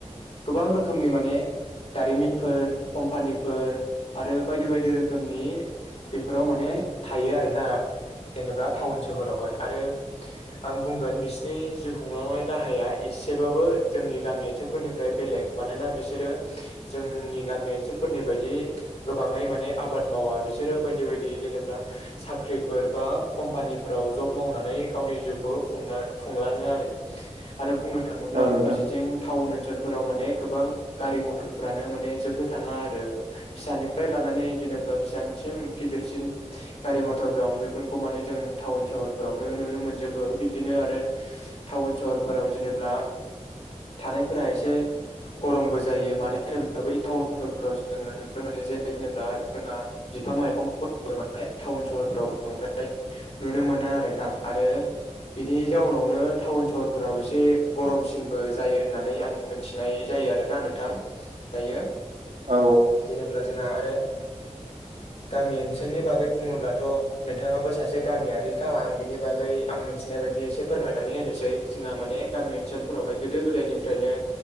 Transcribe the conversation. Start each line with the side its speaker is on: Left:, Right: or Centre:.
Left: गोबां रोखोमनि माने। दारिमिनफोर कम्पानिफोर आरो बायदि बायदि रोखोमनि। बेफोराव माने थायो आरोना। जेनेब्ला टाउन सोहरावहाय आरो आं बुंगोन बिसिनि जिउ खुंलांनाय राहाया इस सेबाबो जोंनि गामि ओनसोलफोरनिफ्राय बेलेग मानोना बिसोरो जोंनि गामि ओनसोलफोर नि बायदि गोबाङै माने आबाद मावा बिसोरो बायदि बायदि जेनेब ब्ला साख्रिफोर बा कम्पानिफोराव जब मावनानै गावनि जिउखौ खुंना खुंलाङो। नो आरो आरो बुंनो थाङोब्ला
Right: औ नोंथां
Left: फारसेथिं टाउन ओनसोल फोराव माने गोबां गारि मथरफ्रानो माने जोबनो थाङा आरो। फिसानिफ्राय लानानै जेनेब्ला बेसिबांसिम गिदिरसिन। गारि मथर दं बेफोरखौ माने जों टाउन सहरफोरावनो नुनो मोनजोबो बिदिनो आरो। टाउन सहरफोराव जेनेब्ला थानायफोरा एसे गरमबो जायो मानो होनोब्ला बै टाउनफोरफोराव जोङो नुनो मोनो जे जेनेब्ला जोंहा बि बिफां लाइफां फो जों माने टाउन सहरफ्राव बांद्राय नुनो मोना आरोना आरो बिनि जाउन नावनो टाउन सहरफोराव एसे गरमसिनबो जायो होननानै आं मिथिनाय जायो आरोना नोंथां। दायो
Right: औ
Left: जेनेब्ला जोंहा आरो गामि ओनस सोलनि बागै बुङोब्लाथ' नोंथाङाबो सासे गामियारिखा आं बिनि बागै आं मिथिनाय बायदि एसे फोर मायनानै होनोसै जोंहा माने गामि ओनसोलफोरावहाय गोदो गोदायनिफ्रायनो